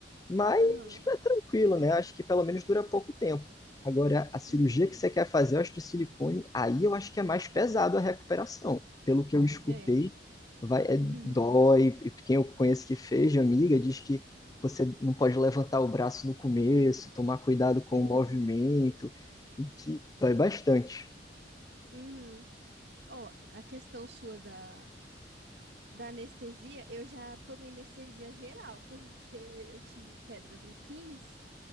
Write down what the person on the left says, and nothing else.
Mas
é tranquilo, né? Acho que pelo menos dura pouco tempo. Agora, a cirurgia
que você quer fazer, eu acho que silicone, aí eu acho que é mais pesado a recuperação. Pelo que eu escutei,
vai, é,
dói. E quem eu conheço que fez, de amiga, diz que você não pode levantar o braço no começo, tomar cuidado
com o movimento, e que dói bastante.